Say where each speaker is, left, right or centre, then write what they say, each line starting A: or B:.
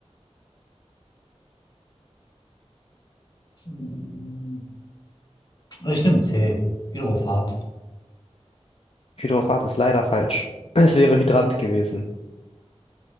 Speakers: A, on the left; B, on the left.
A: Mm, Ich nehme C. Hydrofahrt.
B: Hydropath ist leider falsch. Es wäre Hydrant gewesen.